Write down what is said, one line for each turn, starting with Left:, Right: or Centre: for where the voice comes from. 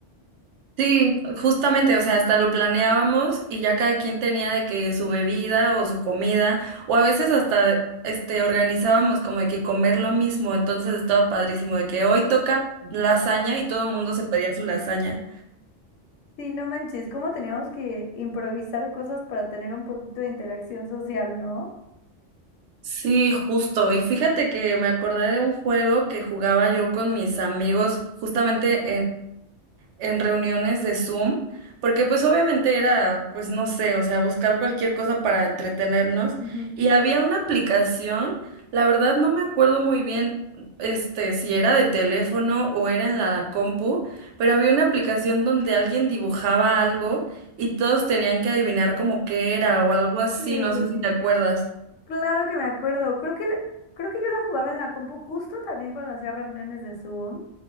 Right: Sí, justamente, o sea, hasta lo planeábamos y ya cada quien tenía de que su bebida o su comida, o a veces hasta este organizábamos como de que comer lo mismo, entonces estaba padrísimo de que hoy toca lasaña y todo el mundo se pedía su lasaña.
Left: Sí, no manches, cómo teníamos que improvisar cosas para tener un poquito de interacción social, ¿no?
Right: Sí, justo. Y fíjate que me acordé de un juego que jugaba yo con mis amigos justamente en reuniones de Zoom, porque pues obviamente era, pues no sé, o sea, buscar cualquier cosa para entretenernos.
Left: Ujú.
Right: Y había una aplicación, la verdad no me acuerdo muy bien, este, si era de teléfono o era en la compu, pero había una aplicación donde alguien dibujaba algo y todos tenían que adivinar como qué era o algo así,
Left: Sí.
Right: no sé si te acuerdas.
Left: Claro que me acuerdo. Creo que, la- creo que yo la jugaba en la compu justo también cuando hacía reuniones de Zoom.